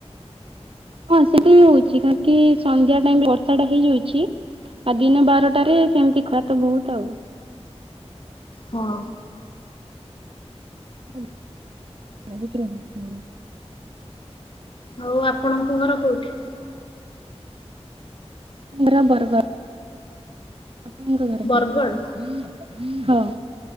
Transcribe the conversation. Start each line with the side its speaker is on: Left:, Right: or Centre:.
Right: ହଁ ସେଟା ହିଁ ହଉଛି କାହିଁକି ସନ୍ଧ୍ୟା ଟାଇମ୍ ରେ ବର୍ଷା ଟା ହେଇଯାଉଛି। ଆଉ ଦିନ ବାରଟାରେ ସେମିତି ଖରା ତ ବହୁତ ଆଉ।
Left: ହଁ।
Right: <unintelligible>
Left: ଆଉ ଆପଣଙ୍କ ଘର କୋଉଠି?
Right: ଘର ବରଗଡ଼ ଆପଣଙ୍କ ଘର
Left: ବରଗଡ଼
Right: କୋଉଠି?